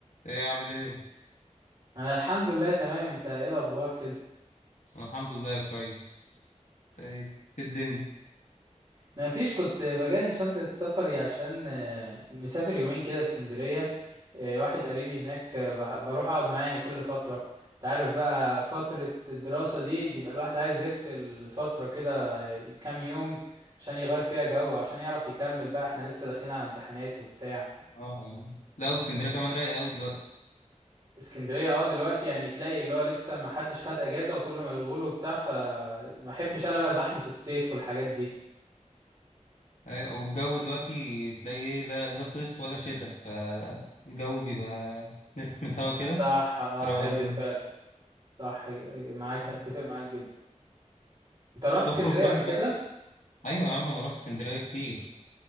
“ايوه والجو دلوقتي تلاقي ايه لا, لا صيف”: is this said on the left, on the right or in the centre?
Left